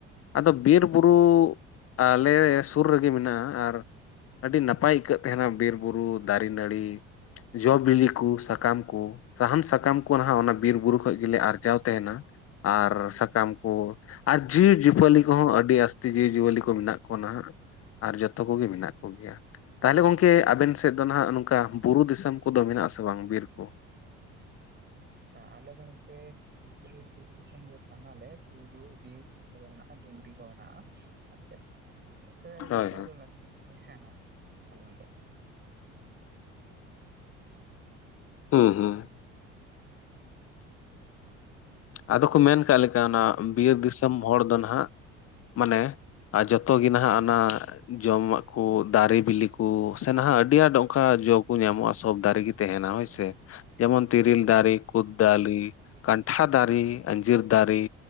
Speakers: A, on the left; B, on the right.
A: ᱟᱫᱚ ᱵᱤᱨ ᱵᱩᱨᱩ ᱟᱞᱮ ᱥᱩᱨ ᱨᱮᱜᱮ ᱢᱮᱱᱟᱜ-ᱟ ᱟᱨ ᱟᱹᱰᱤ ᱱᱟᱯᱟᱭ ᱟᱹᱭᱠᱟᱹᱜ ᱛᱟᱦᱮᱱᱟ ᱵᱤᱨ ᱵᱩᱨᱩ ᱫᱟᱨᱮ ᱱᱟᱹᱲᱤ ᱡᱚ ᱵᱤᱞᱤ ᱠᱩ ᱥᱟᱠᱟᱢ ᱠᱚ ᱥᱟᱦᱟᱱ ᱥᱟᱠᱟᱢ ᱠᱩ ᱠᱩ ᱱᱟᱦᱟᱜ ᱚᱱᱟ ᱵᱤᱨ ᱵᱩᱨᱩ ᱠᱷᱚᱡ ᱜᱮᱞᱮ ᱟᱨᱡᱟᱣ ᱛᱟᱦᱮᱱᱟ ᱟᱨ ᱥᱟᱠᱟᱢ ᱠᱩ ᱚ ᱟᱨ ᱡᱤᱣᱤ ᱡᱤᱯᱟᱹᱞᱤ ᱠᱚᱦᱚᱸ ᱟᱹᱰᱤ ᱟᱥᱛᱤ ᱡᱤᱣᱤ ᱡᱤᱭᱟᱹᱞᱤ ᱠᱚ ᱢᱮᱱᱟᱜ ᱠᱚᱣᱟ ᱱᱟᱦᱟᱜ ᱟᱨ ᱡᱚᱛᱚ ᱠᱚᱜᱮ ᱢᱮᱱᱟᱜ ᱠᱚᱜᱮᱭᱟ ᱛᱟᱦᱟᱞᱮ ᱜᱚᱝᱠᱮ ᱟᱵᱮᱱ ᱥᱮᱫ ᱫᱚ ᱱᱟᱦᱟᱜ ᱱᱚᱝᱠᱟ ᱵᱩᱨᱩ ᱫᱤᱥᱚᱢ ᱠᱚᱫᱚ ᱢᱮᱱᱟᱜ ᱟᱥᱮ ᱵᱟᱝ ᱵᱤᱨ ᱠᱚ
B: ᱪᱷᱟ ᱟᱞᱮ ᱫᱚ ᱜᱚᱝᱠᱮ ᱮᱠᱪᱩᱭᱮᱞᱤ ᱵᱩᱨᱩ ᱫᱤᱥᱚᱢ ᱜᱮ ᱠᱟᱱᱟᱞᱮ ᱵᱩᱨᱩ ᱵᱤᱨ ᱡᱷᱚᱛᱚ ᱜᱮ ᱢᱮᱱᱟᱜ ᱟ ᱰᱩᱝᱨᱤ ᱠᱚ ᱢᱮᱱᱟᱜ-ᱟ ᱟᱥᱮ ᱟᱫᱚ ᱛᱮ
A: ᱦᱳᱭ
B: ᱡᱚᱛᱚ
A: ᱦᱳᱭ
B: ᱜᱮ ᱢᱮᱥᱟ ᱦᱮᱸ ᱦᱮᱸ ᱟᱞᱮ ᱚᱱᱛᱮ ᱫᱚ
A: ᱦᱩᱸ ᱦᱩᱸ ᱟᱫᱚ ᱠᱚ ᱢᱮᱱ ᱠᱟᱜ ᱞᱮᱠᱟ ᱚᱱᱟ ᱵᱤᱨ ᱫᱤᱥᱚᱢ ᱦᱚᱲ ᱫᱚ ᱱᱟᱦᱟᱜ ᱢᱟᱱᱮ ᱟᱨ ᱡᱚᱛᱚ ᱜᱮ ᱱᱟᱦᱟᱜ ᱟᱱᱟ ᱡᱚᱢᱟᱜ ᱠᱩ ᱫᱟᱨᱮ ᱵᱤᱞᱤ ᱠᱩ ᱥᱮ ᱱᱟᱦᱟᱜ ᱟᱹᱰᱤ ᱟᱸᱴ ᱚᱱᱠᱟ ᱡᱚ ᱠᱩ ᱧᱟᱢᱚᱜ-ᱟ ᱥᱚᱵ ᱫᱟᱨᱮ ᱜᱮ ᱛᱮᱦᱮᱱᱟ ᱦᱳᱭᱥᱮ ᱡᱮᱢᱚᱱ ᱛᱮᱨᱮᱞ ᱫᱟᱨᱮ ᱠᱩᱫ ᱫᱟᱞᱤ ᱠᱟᱱᱴᱷᱟᱲ ᱫᱟᱨᱮ ᱟᱸᱡᱤᱨ ᱫᱟᱨᱮ